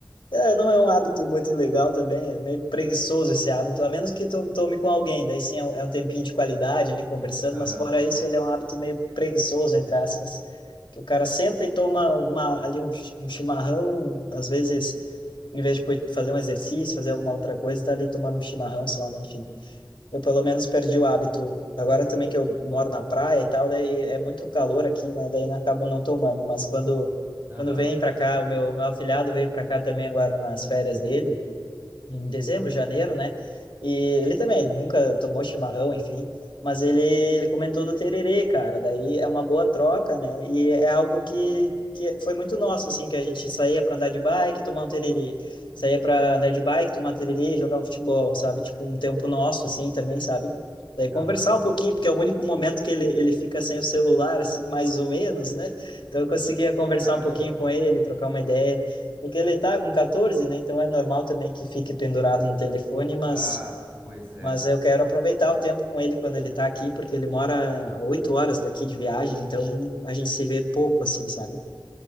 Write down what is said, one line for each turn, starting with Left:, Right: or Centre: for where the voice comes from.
Left: É, não é um hábito muito legal também, é meio preguiçoso esse hábito, a menos que tu tome com alguém, daí sim é um, é um tempinho de qualidade ali conversando,
Right: Aham.
Left: mas fora isso ele é um hábito meio preguiçoso, entre aspas, que o cara senta e toma uma, ali um, chi- um chimarrão, às vezes, em vez de poder fazer um exercício, fazer alguma outra coisa, tá ali tomando um chimarrão só, né? Enfim. Eu pelo menos perdi o hábito. Agora também que eu moro na praia e tal, daí é muito calor aqui, né? Daí eu acabo não tomando. Mas quando
Right: Aham.
Left: quando vem para cá, o meu meu afilhado veio para cá também agora nas férias dele em dezembro, janeiro, né? E ele também nunca tomou chimarrão, enfim, mas ele, ele comentou do tererê, cara. Daí é uma boa troca, né? E é algo que, que foi muito nosso, assim, que a gente saía para andar de bike, tomar um tererê, saía para andar de bike, tomar tererê, jogar um futebol, sabe? Tipo, um tempo nosso, assim, também, sabe? Daí conversar
Right: Aham.
Left: um pouquinho, porque é o único momento que ele, ele fica sem o celular, assim, mais ou menos, né? Então eu conseguia conversar
Right: Caramba.
Left: um pouquinho com ele, trocar uma ideia. Porque ele tá com 14, né? Então é normal também que fique pendurado em telefone, mas,
Right: Ah, pois é.
Left: mas eu quero aproveitar o tempo com ele quando ele tá aqui, porque ele mora a 8 horas daqui de viagem, então a gente se vê pouco, assim, sabe?